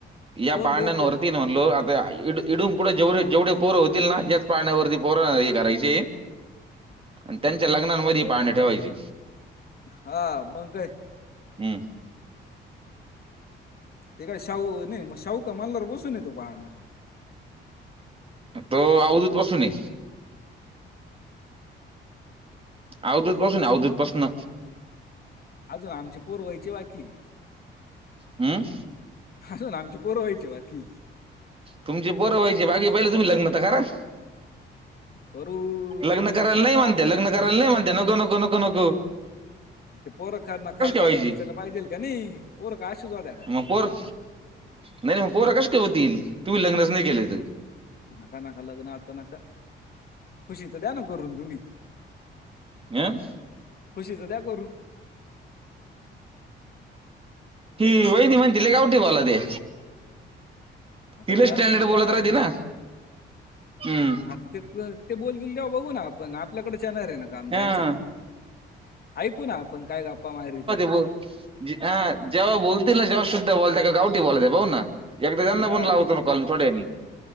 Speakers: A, on the right; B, on the left.
A: या
B: बोल
A: पाळण्यांवरती
B: बोल बोल
A: म्हणलो आता इडून पुढे जेवढे जेवे पोर होतील ना याच पाण्यावरती पोर हे करायचे आणि त्यांच्या लग्नामध्ये पाहणे ठेवायची
B: हा मग काय
A: हम्म
B: ते काय शाहू नाही म शाहू का मलणारवर बसून येतो पाहणं
A: तो आदच पसु न अवदत पासून अवदत पाासन
B: अजून आची पर्वईची वाकी
A: हम
B: असून आम पोरवायची बाकी
A: तुम बोर व्हाचे बाीहि तुम् लग्त क
B: करू
A: लग्न कयला नाही
B: आता
A: मानते लग्न कर नाही म तनक नक नक नक
B: ते पोरखांना खर्चायला
A: व्हायची
B: विरचायला पाहिजेल का नाही पोरख अशूच होत्या का
A: अपर नाही नाही मग पोरा कस केतील तुम्ही लग्नच नाही केलं
B: नका नका लग्न आता नका खुशीच द्या ना करून तुम्ही
A: म
B: खुशीचं द्या करू
A: ही वहिनी म्हणतीले गावटठीवाला ते
B: आता
A: तिला
B: गाव
A: स्टँडर्ड
B: ठीक
A: बोलत
B: आहे
A: रा ति ना हम्म
B: आता ते ते बोलतील तेव बघू ना आपण आपल्याकडे चानणार आहे ना काम
A: हा
B: त्यांचं पण ऐकू ना आपण काय गप्पा मायरीथे
A: ह ह जेव्हा बोलतील ना जेव्हा सुद्धा बोलते का गावठी बोलतय बा भाऊ ना एकदा जना
B: हा
A: पण लावतो म गल थोडे